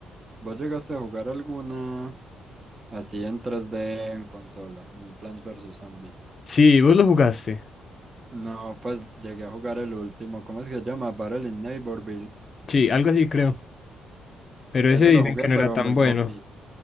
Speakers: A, on the right (about 30°); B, on the left (about 45°).
A: ¿Vos llegaste a jugar alguna así en 3D en consola? Un Plants vs Zombies.
B: Sí, vos lo jugaste.
A: No, pues llegué a jugar el último, ¿cómo es que se llama? Battle in Neighborville.
B: Sí, algo así creo. Pero
A: Ese
B: ese dicen
A: lo jugué,
B: que no
A: pero
B: era tan
A: muy
B: bueno.
A: poquito.